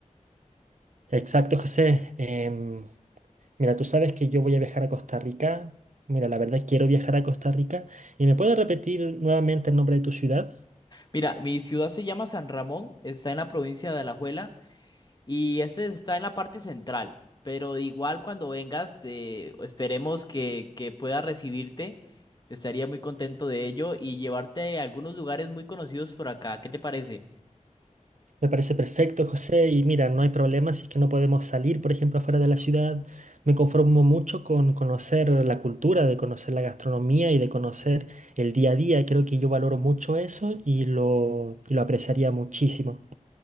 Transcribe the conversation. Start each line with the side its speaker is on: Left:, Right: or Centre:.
Right: Exacto, José. Em, Mira, tú sabes que yo voy a viajar a Costa Rica. Mira, la verdad quiero viajar a Costa Rica. ¿Y me puedes repetir nuevamente el nombre de tu ciudad?
Left: Mira, mi ciudad se llama San Ramón, está en la provincia de Alajuela Y ese está en la parte central. Pero igual cuando vengas, te- esperemos que, que pueda recibirte. Estaría muy contento de ello y llevarte a algunos lugares muy conocidos por acá. ¿Qué te parece?
Right: Me parece perfecto, José. Y mira, no hay problema si es que no podemos salir, por ejemplo, afuera de la ciudad. Me conformo mucho con conocer la cultura, de conocer la gastronomía y de conocer el día a día. Creo que yo valoro mucho eso y lo, y lo apreciaría muchísimo.